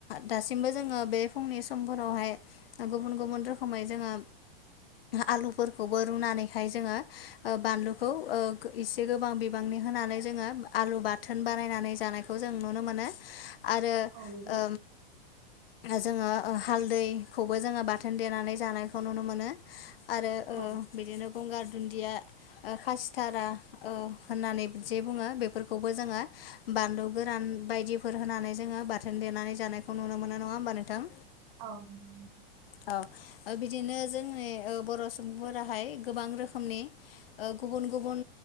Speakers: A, on the left; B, on the right.
A: दासिमबो जोङो बे फुंनि समफोरावहाय गुबुन गुबुन रोखोमै जोङो आलुफोरखौबो रुनानैहाय जोङो बानलुखौ एसे गोबां बिबांनि होनानै जोङो आलु बाथोन बानायनानै जानायखौ जों नु नो मोनो आरो
B: औ नंगौ
A: ओ जोङो हालदैखौबो जोङो बाथोन देनानै जानायखौ नुनो मोनो। आरो
B: औ
A: बिदिनो गंगार दुनदिया खाासिथारा होननानै जे बुङो बेफोरखौबो जोङो बानलु गोरान बायदिफोर होनानै जोङो बाथोन देनानै जानायखौ नुनो मोनो नङा होमबा नोंथां।
B: औ दे
A: औ बिदिनो जोंनि बर' सुबुंफोराहाय गोबां रोखोमनि ओ गुबुन गुब गुबुन